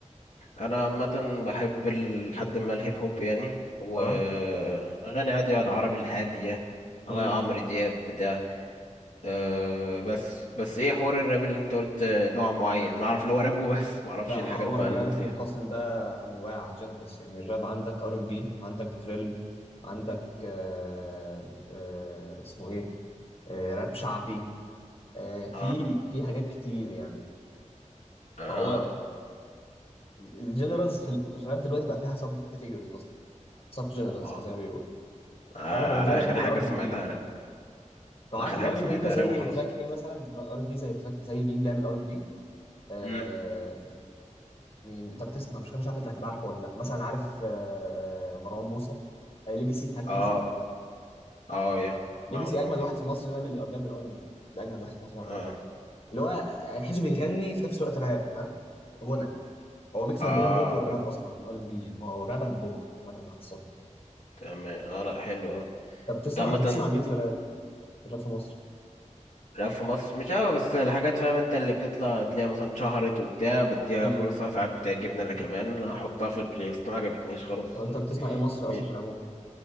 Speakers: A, on the left (about 80°); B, on the left (about 45°).
A: انا عامه بحب لحد ما الهيب هوب يعني واغاني
B: اه
A: عادي العربي الهاديه
B: امم
A: أو عمرو دياب بتاع أه بس بس ايه حوار الراب اللي انت قلت آه، نوع معين انا اعرف اللي هو راب وبس ما اعرفش
B: لا
A: إيه الحاجات
B: ما هو
A: بقى
B: الراب
A: اللي فيها
B: منقسم بقى انواع جنرالز يعني الراب عندك ار ان بي عندك دريل عندك آه آه اسمه ايه آه راب شعبي آه في
A: اه
B: في حاجات كتير يعني
A: اه
B: فهو الجنرالز في الراب دلوقتي بقى فيها سب كاتيجوريز اصلا سب جنرالز
A: آه.
B: يعني زي ما بيقولوا
A: آه،
B: وانا بالنسبه
A: على
B: لي
A: اخر
B: بحب
A: حاجه
B: الار
A: سمعتها
B: ان بي
A: راب
B: لو عارف
A: اخر
B: الار
A: حاجه سمعتها
B: ان بي ده زي
A: راب وخلاص
B: تراك ايه مثلا ار ان بي زي تراك زي مين بيعمل ار ان بي آه
A: امم
B: مين انت بتسمع مش مش عارف انت هتبقى عارفه ولا لا مثلا عارف آه، مروان موسى آه ليجاسي عارف
A: اه
B: ليجاسي
A: اه يا
B: ليجاسي
A: ما انهم
B: اجمد
A: الناس
B: واحد في
A: كده
B: مصر بيعمل بيعمل ار ان بي ده اجمد واحد في مصر
A: اه
B: بيعمل ار ان بي اللي هو آه، تحسه بيغني في نفس الوقت راب فاهم غنى هو ميكس
A: اه
B: ما بين البوب والراب اصلا الار ان بي يعني هو راب اند بوب مثلا باختصار
A: تمام اه لا حلو أوي.
B: طب بتسمع
A: انت عامه
B: طب بتسمع مين في الراب؟ غير في مصر
A: لا في مصر مش قوي بس الحاجات فاهم انت اللي بتطلع تلاقيها مثلا اتشهرت وبتاع بديها
B: امم
A: فرصة ساعات بتعجبني انا كمان احطها في البلاي ليست ما عجبتنيش خلاص
B: طب انت
A: قمت-
B: بتسمع ايه مصري
A: مش
B: اصلا في العموم